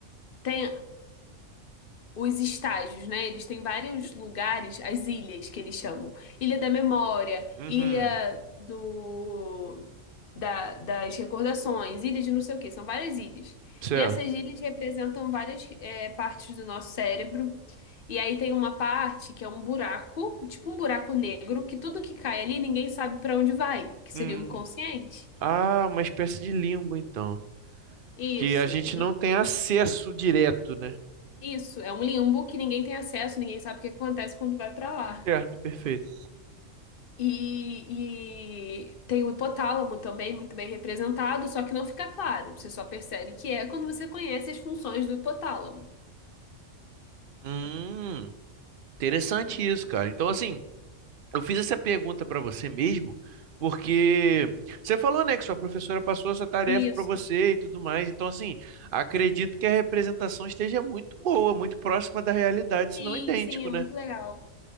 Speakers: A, on the left; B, on the right.
A: tem os estágios, né? Eles têm vários lugares, as ilhas que eles chamam. Ilha da Memória,
B: Uhum,
A: Ilha do... da- das Recordações, Ilha de não sei o quê. São várias ilhas.
B: certo.
A: E essas ilhas representam várias é, partes do nosso cérebro. E aí tem uma parte que é um buraco, tipo um buraco negro, que tudo que cai ali ninguém sabe para onde vai, que seria
B: Hum,
A: o inconsciente.
B: ah, uma espécie de limbo, então,
A: Isso,
B: que a gente não tem acesso direto, né?
A: Isso, é um limbo que ninguém tem acesso, ninguém sabe o que acontece quando vai pra lá.
B: Certo, perfeito.
A: E, e tem o hipotálamo também, muito bem representado, só que não fica claro. Você só percebe que é quando você conhece as funções do hipotálamo.
B: Hum. Interessante
A: Entendeu?
B: isso, cara. Então, assim, eu fiz essa pergunta para você mesmo, porque você falou, né, que sua professora passou essa tarefa
A: Isso.
B: para você e tudo mais. Então, assim, acredito que a representação esteja muito boa, muito próxima da realidade, se
A: Sim,
B: não idêntico,
A: sim, é
B: né?
A: muito legal.